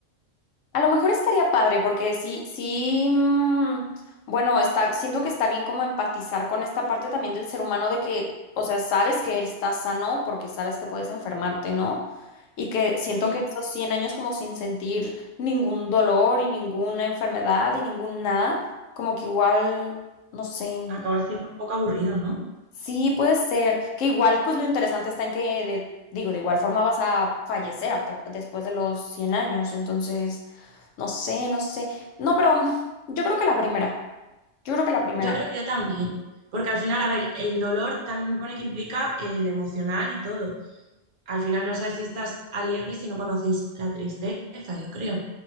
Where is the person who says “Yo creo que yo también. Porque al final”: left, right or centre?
Right